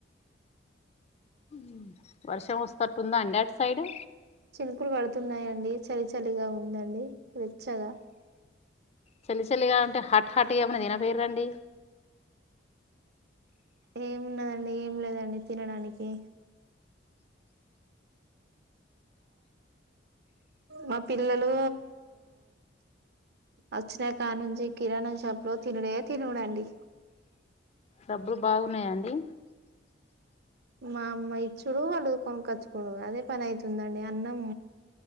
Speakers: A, on the left (about 35°); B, on the right (about 60°).
A: హ్మ్మ్ వర్షం వస్తట్టుందా అండి అటు సైడు
B: చినుకులు పడుతున్నాయండి చలి చలిగా ఉందండి వెచ్చగా
A: చలి చలిగా ఉంటే హట్ హాట్గా ఏమన్నా తినకుపోయేర్ అండి
B: ఏమున్నదండి ఏం లేదండి తినడానికి మా పిల్లలు వచ్చినాక నుంచి కిరాణా షాపు లో తినుడే తినడండి.
A: డబ్బులు బాగున్నాయాండి
B: మా అమ్మ ఇచ్చుడు వాళ్ళు కొనక్కచ్చుకునుడు అదే పని అవుతుందండి అన్నం